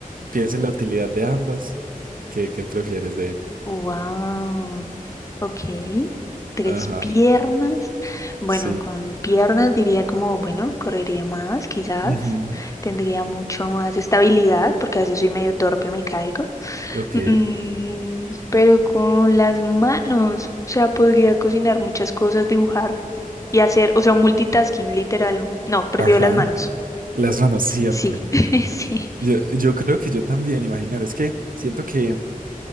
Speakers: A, on the right (about 70°); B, on the left (about 20°).
A: piensa en la utilidad de ambas. ¿Qué, qué prefieres de ello?
B: Wow. Ok. Tres
A: Ajá,
B: piernas. Bueno,
A: sí.
B: con piernas diría como, bueno, correría más, quizás.
A: Ujú,
B: Tendría mucho más estabilidad, porque a veces soy medio torpe, me caigo.
A: Ok.
B: Mm, pero con las manos, o sea, podría cocinar muchas cosas, dibujar y hacer, o sea, multitasking, literal. No, prefiero
A: Ajá.
B: las manos.
A: Las manos, cierto.
B: Sí, <laughs> sí,
A: Yo, yo creo que yo también, imaginar, es que siento que,